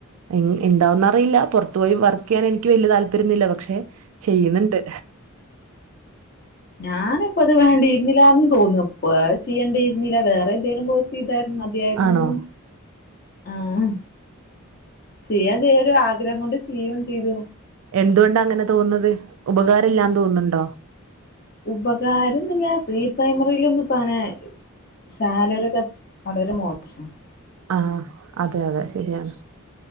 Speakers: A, on the right (about 70°); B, on the left (about 45°).
A: ഇൻ ഇൻണ്ടാവൊന്നറിയില്ല പൊർത്തു പോയി വർക്കയ്യാൻ എന്ക്ക് വല്യ താല്പര്യൊന്നുമില്ല പക്ഷെ ചെയ്യ്ന്ന്ണ്ട്
B: ഞാനിപ്പത് വേണ്ടിന്നില്ലാന്ന് തോന്നും വേറെ ചെയ്യണ്ടേര്ന്നില്ല വേറെ എന്തേലും കോഴ്സ് ചെയ്താ മതിയായിരുന്നുന്ന്
A: ആണോ
B: ആഹ് ചെയ്യാൻ ചേരു ആഗ്രഹം കൊണ്ട് ചെയും ചെയ്തു
A: എന്തോണ്ടാ അങ്ങനെ തോന്നത് ഉപകാരല്ലാന്ന് തോന്നുന്നുണ്ടോ
B: ഉപകാരംന്നില്ലാ പ്രീ പ്രൈമറിലൊന്നും പ്പങ്ങനെ സാലറി ഒക്കെ വളരെ മോശം
A: ആഹ് അതെ അതെ ശരിയാണ്